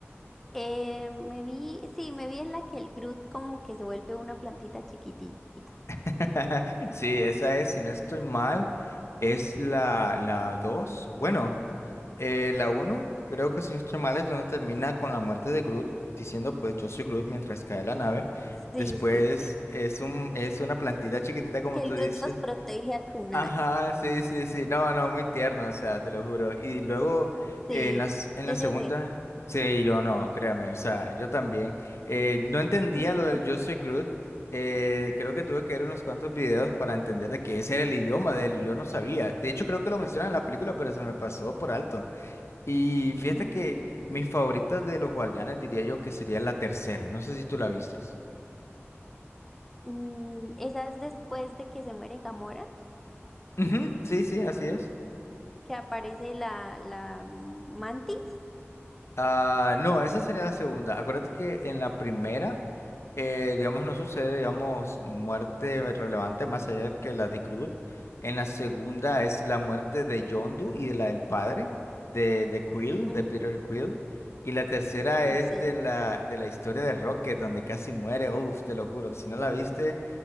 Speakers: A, in the centre; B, on the left.
A: eh, me vi, sí, me vi en la que el Groot como que se vuelve una plantita chiquitita.
B: <laughs> Sí, esa es, si no estoy mal, es la, la 2. Bueno, eh, la uno. creo que si no estoy mal, es donde termina con la muerte de Groot, diciendo pues yo soy Groot mientras cae la nave. Después
A: Sí, sí, sí.
B: es un, es una plantita chiquitita, como
A: Que
B: tú
A: el Groot
B: dices,
A: los protege al final.
B: Ajá, sí, sí, sí. No, no, muy tierno, o sea, te lo juro. Y luego eh,
A: Sí,
B: en las, en
A: yo
B: la segunda,
A: lloré.
B: sí, yo no, créame, o sea, yo también. eh, no entendía
A: <laughs>
B: lo del Yo soy Groot. eh, creo que tuve que ver unos cuantos videos para entender de que ese era el idioma de él y yo no sabía. De hecho, creo que lo mencionan en la película, pero se me pasó por alto. Y fíjate
A: Mm,
B: que mis favoritas de los Guardianes diría yo que sería la tercera. No sé si tú la vistes.
A: mm, esa es después de que se muere Gamora,
B: Ujú, sí, sí, así es.
A: que aparece la, la mantis.
B: Ah, no, esa sería la segunda. Acuérdate que en la primera, eh, digamos, no sucede, digamos, muerte relevante más allá que la de Groot. En la segunda
A: Ujú,
B: es la muerte de Yondu y de la del padre, de, de Quill,
A: ujú,
B: de Peter Quill. Y la tercera es
A: Sí.
B: de la, de la historia de Rocket, donde casi muere. Uf, te lo juro, si no la viste,